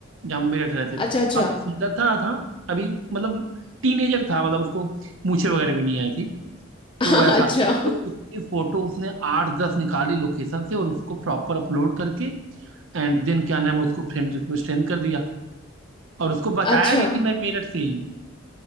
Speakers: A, on the right; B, on the left.
A: जहाँ हम भी रहते रहते थे
B: अच्छा
A: तो वो
B: अच्छा
A: काफी सुंदर था था अभी मतलब टीनेजर था मतलब उसको मूछें वगैरह भी नहीं आई थी तो
B: <laughs> हाँ,
A: वैसा
B: अच्छा
A: तो उसकी फोटो उसने आठ दस निकाली लोकेशन से और उसको प्रॉपर अपलोड करके एंड देन क्या नाम है उसको फ्रेंड रिक्वेस्ट सेंड कर दिया और उसको बताया
B: अच्छा
A: भी कि मैं मेरठ से ही हूँ